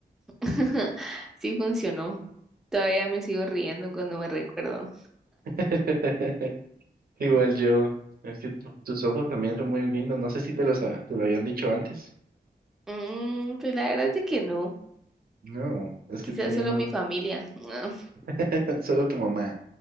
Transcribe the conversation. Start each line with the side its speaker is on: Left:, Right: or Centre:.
Centre: <laughs> Sí funcionó. Todavía me sigo riendo cuando me recuerdo.
Right: <laughs> Igual yo, es que tu- tus ojos también son muy lindos. No sé si te los ha- te lo habían dicho antes.
Centre: Mm, pues la verdad es que no.
Right: No, es
Centre: Quizás
Right: que tiene
Centre: solo
Right: uno,
Centre: mi familia. <laughs>
Right: <laughs> solo tu mamá.